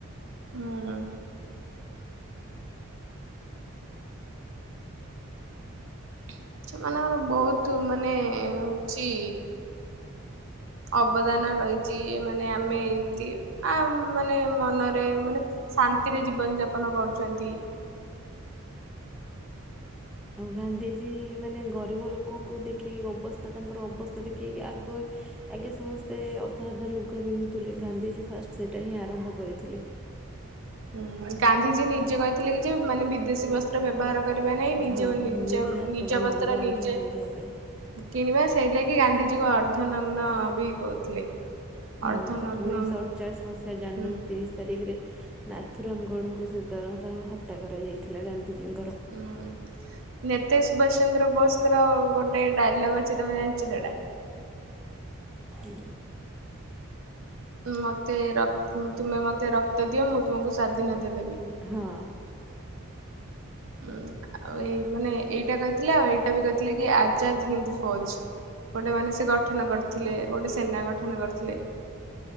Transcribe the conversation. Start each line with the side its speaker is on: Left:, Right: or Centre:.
Right: ହୁଁ <inaudible> ସେମାନଙ୍କର ବହୁତ ମାନେ ହଉଛି ଅବଦାନ ରହିଛି ମାନେ ଆମେ ଏମିତି ଆ ମାନେ ମନରେ ମାନେ ଶାନ୍ତିରେ ଜୀବନ ଯାପନ କରୁଛନ୍ତି। <inaudible>
Centre: ଆଉ ଗାନ୍ଧିଜୀ ମାନେ ଗରିବ ଲୋକଙ୍କୁ ଦେଖିକି ଅବସ୍ଥା ତାଙ୍କର ଅବସ୍ଥା ଦେଖିକି ଆଗ ଆଗେ ସମସ୍ତେ ଅଧା ଅଧା ଲୁଗା ପିନ୍ଧୁଥିଲେ ଗାନ୍ଧିଜୀ ଫାଷ୍ଟ ସେଟା ହିଁ ଆରମ୍ଭ କରିଥିଲେ
Right: ହୁଁ ଗାନ୍ଧିଜୀ ନିଜେ କହିଥିଲେ କି ଯେ ମାନେ ବିଦେଶୀ ବସ୍ତ୍ର ବ୍ୟବହାର କରିବା ନାହିଁ ନିଜ
Centre: ହଁ
Right: ନିଜ
Centre: ନିଜେ ହାତ
Right: ନିଜ
Centre: ବୁଣା
Right: ଅବସ୍ଥାରେ
Centre: ଲୁଗା
Right: ନିଜେ
Centre: ଅଧା ପିନ୍ଧିବା ପାଇଁ।
Right: କିଣିବା ସେଇଥିଲାଗି ଗାନ୍ଧିଜୀଙ୍କ ଅର୍ଦ୍ଧନଗ୍ନ ବି କହୁଥିଲେ
Centre: ହୁଁ
Right: ଅର୍ଦ୍ଧନଗ୍ନ
Centre: ଉଣେଇଶହ ଅଠଚାଳିଶ ମସିହା ଜାନୁୟରୀ
Right: ହୁଁ।
Centre: ତିରିଶ ତାରିଖରେ ନାଥୁରାମଗଡ଼ଙ୍କୁ ସେ ଦର ତାଙ୍କୁର ହତ୍ୟା କରାଯାଇଥିଲା ଗାନ୍ଧିଜୀଙ୍କର
Right: ହୁଁ ନେତେ ସୁଭାଷ ଚନ୍ଦ୍ର ବୋଷଙ୍କର ଗୋଟେ ଡାଇଲଗ ଅଛି ତମେ ଜାଣିଛ ସେଇଟା
Centre: ହଁ
Right: ମୋତେ ର ତୁମେ ମୋତେ ରକ୍ତ ଦିଅ ମୁଁ ତୁମକୁ ସ୍ୱାଧୀନତା ଦେବି
Centre: ହଁ
Right: ଉଁ ଏଇ ମାନେ ଏଇଟା କହିଥିଲେ ଆଉ ଏଇଟା ବି କହିଥିଲେ କି ଆଜାଦ୍ ହିନ୍ଦ ଫୌଜ। ଗୋଟେ ମାନେ ସେ ଗଠନ କରିଥିଲେ ଗୋଟେ ସେନା ଗଠନ କରିଥିଲେ।